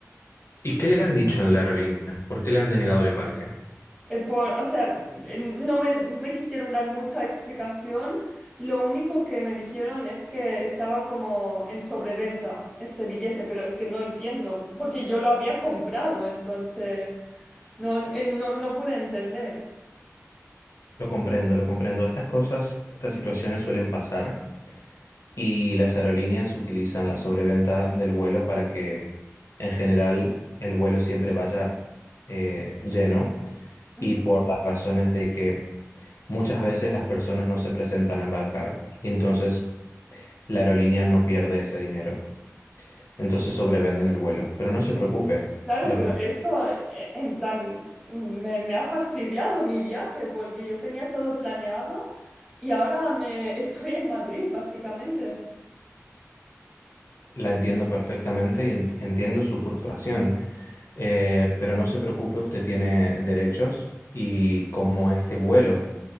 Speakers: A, on the left; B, in the centre.
A: ¿Y qué le han dicho en la aerolínea? ¿Por qué le han denegado el embarque?
B: Eh, por- o sea, eh, no me, no me quisieron dar mucha explicación. Lo único que me dijeron es que estaba como en sobreventa este billete, pero es que no entiendo, porque yo lo había comprado, entonces no, eh, no, no pude entender.
A: Lo comprendo, lo comprendo. Estas cosas, estas situaciones suelen pasar y las aerolíneas utilizan la sobreventa del vuelo para que, en general, el vuelo siempre vaya eh, lleno
B: Ujú.
A: y por las razones de que muchas veces las personas no se presentan a embarcar y entonces la aerolínea no pierde ese dinero. Entonces sobrevenden el vuelo. Pero no se preocupe.
B: Claro,
A: Lo
B: pero
A: que
B: esto eh, en plan me, me ha fastidiado mi viaje porque yo tenía todo planeado y ahora me <laughs> estoy en Madrid, básicamente.
A: La entiendo perfectamente y en- entiendo su frustración, Eh, pero no se preocupe, usted tiene derechos y como este vuelo